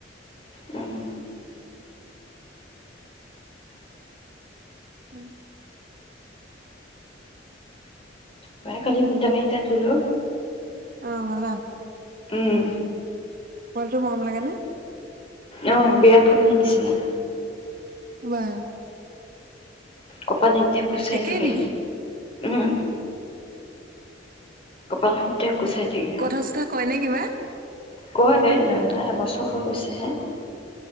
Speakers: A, on the left; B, on the right.
A: উম
B: উম
A: বাই কালি ভিটামিন এটা দিলো
B: আহ গ'লা।
A: উম
B: পোৱালিটো মৰম লাগে নে?
A: অঁহ বিৰাট কোলি নিছিনা।
B: ৱাহ।
A: কপাল এনি টাইম কুচাই
B: একেই
A: থাকে,
B: নেকি
A: উম। কপালখন এনিটাইম কুচাই থাকে।
B: কথা চথা কয় নে কিবা?
A: কয় এ তাৰ এবছৰ হৈ গৈছেহে।